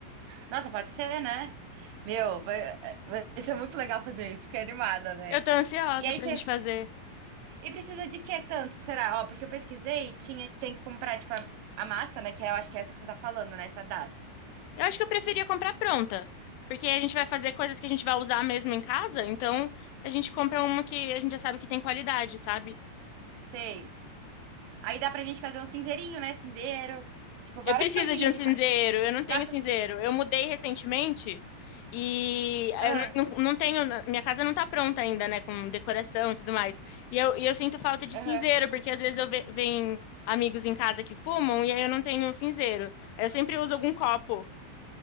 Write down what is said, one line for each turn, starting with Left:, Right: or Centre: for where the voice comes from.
Right: Nossa, pode ser, né? Meu, vai, vai ser muito legal fazer isso, fiquei animada, velho.
Left: Eu tô ansiosa
Right: E aí,
Left: pra
Right: tinha-
Left: gente fazer.
Right: e precisa de que tanto, será? Ó, porque eu pesquisei, tinha, tem que comprar, tipo, a, a massa, né? Que eu acho que é essa que você tá falando, né? Essa das.
Left: Eu acho que eu preferia comprar pronta, porque a gente vai fazer coisas que a gente vai usar mesmo em casa, então a gente compra uma que a gente já sabe que tem qualidade, sabe?
Right: Sei. Aí dá pra gente fazer um cinzeirinho, né? Cinzeiro. Tipo, várias
Left: Eu preciso
Right: coisinhas
Left: de um
Right: de
Left: cinzeiro,
Right: cada.
Left: eu não tenho
Right: Dá pra.
Left: cinzeiro. Eu mudei recentemente e eu
Right: Ah,
Left: não, não- não tenho, minha casa não tá pronta ainda, né, com decoração e tudo mais. E eu, e eu sinto falta de
Right: aham.
Left: cinzeiro, porque às vezes eu ve, venho amigos em casa que fumam e aí eu não tenho cinzeiro. Aí eu sempre uso algum copo.